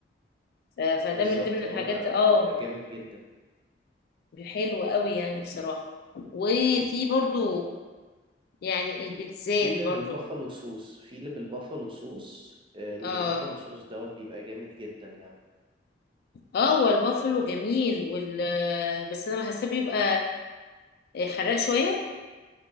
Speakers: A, on the left; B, on the right.
A: ف- فده
B: بالظبط
A: من ضمن الحاجات
B: اه لا بيبقى
A: اه
B: جامد جدا
A: حلو قوي يعني بصراحة وفي برضو يعني البيتزات
B: في اللي
A: برضو
B: بالبافالو صوص في اللي بالبافالو صوص آه، اللي
A: اه
B: بالبافالو صوص دوت بيبقى جامد جدا يعني
A: اه هو البافلو جميل وال بس انا بحسه بيبقى حراق شوية